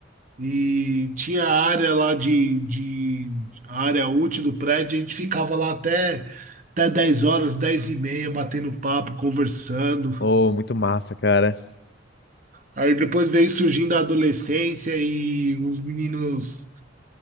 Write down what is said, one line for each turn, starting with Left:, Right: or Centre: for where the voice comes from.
Right: e tinha a área lá de, de a área útil do prédio, a gente ficava lá até, até 10 horas, 10 e meia, batendo papo, conversando.
Left: Oh, muito massa, cara.
Right: Aí depois veio surgindo a adolescência e os meninos.